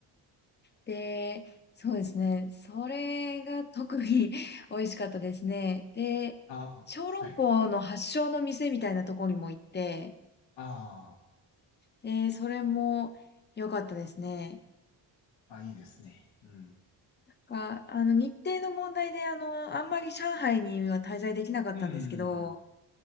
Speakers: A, on the left (about 25°); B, on the left (about 85°).
A: で、そうですね、それが特に <laughs> 美味しかったですね。で、
B: あ、
A: 小籠包の発祥の店みたいなところにも行って、
B: はい。あ
A: で、それも良かったですね。
B: あ、あ、いいですね。うん。
A: か、あの、日程の問題で、あの、あんまり上海には滞在できなかったんですけど、
B: うん。